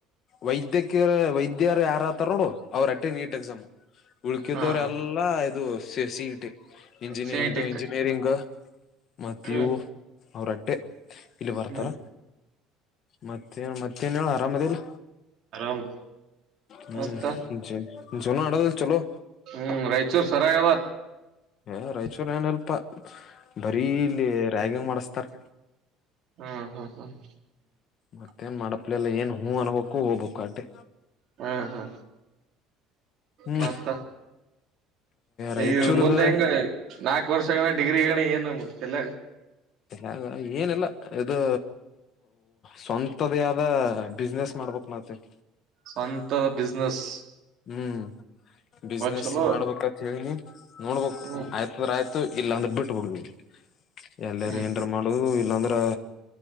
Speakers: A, on the left; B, on the right.
A: ವೈದ್ಯಕ ವೈದ್ಯರು ಯಾರತಾರ ನೋಡು ಅವ್ರ ಅಟ್ಟೆಂಡ್ ನೀಟ್ ಎಕ್ಸಾಮ್ ಉಳ್ಕಿದ್ದವ್ರ
B: ಹಾ ಹಾ
A: ಎಲ್ಲಾ ಇದು ಸ ಸೀಟಿ ಇಂಜಿನಿಯ
B: ಸೇಟಿಕ್
A: ಇದು ಇಂಜಿನಿಯರಿಂಗ್ ಮತ್ತೀವು
B: ಹ್ಮ್
A: ಅವ್ರಟ್ಟೆ ಇಲ್ಲಿ ಬರ್ತಾರ
B: ಹ್ಮ್
A: ಮತ್ತೆ ಮತ್ತೇ ಮತ್ತೇನ್ ಹೇಳು ಆರಾಮ ಅದೇಿಲ್ಲ
B: ಆರಾಮ್
A: ಹ್ಮ್
B: ಮತ್ತ
A: ಜ ಜನ ಆಡದ ಚಲೋ
B: ಹ್ಮ್ ರಾಯಚೂರ್ ಸರಿಯಾಗದ
A: ಏ ರಾಯಚೂರಿ ಏನ್ಲ್ಪಾ ಬರೀ ಇಲ್ಲಿ ರ್ಯಾಗಿಂಗ್ ಮಾಡ್ ತರ್
B: ಹ್ಮ್ ಹ್ಮ್ ಹ್ಮ್ ಹ
A: ಮತ್ತೇನ್ ಮಾಡಪ್ಲಿಲ್ಲಾ ಏನ್ ಹೂ ಅನ್ಬೇಕು ಹೋಗ್ಬೇಕು ಆಟೆ
B: ಹಾ್ ಹಾ
A: ಹ್ಮ್
B: ಮತ್ತ
A: ರಾಯಚೂರ್ದ
B: ಈಗ ಮುಂದೆ ಹೆಂಗ ನಾಕು ವರ್ಷಗಳೇ ಡಿಗ್ರಿ ಹಗಣ ಏನು ಚಲ್ಲ
A: ಾಗ ಏನಲ್ಲ ಇದು ಸ್ವಂತದೇ ಆದ ಬಿಸ್ನೆಸ್ ಮಾಡ್ಬೇಕಕ್ ಮಾಡತೇನ್
B: ಸ್ವಂತದ ಬಿಸ್ಿನೆಸ್
A: ಹ್ಮ್ ಬಿಸ್ನೆಸ್
B: ಚಲೋ
A: ಮಾಡ್ಬೇಕತ್ ಹೇಳಿನಿ ನೋಡ್ಬೇಕು
B: ಹ್ಮ್
A: ಆಯ್ತ್ರ ಆಯ್ತು ಇಲ್ಲ ಅಂದ್ರೆ ಬಿಟ್ಟಬಿಡ್ಬ ಎಲ್ಲಾರ
B: ಹ್ಮ್
A: ಏನ್ರ
B: ಹ್ಮ್
A: ಮಾಡುದು ಇಲ್ಲಾಂದ್ರ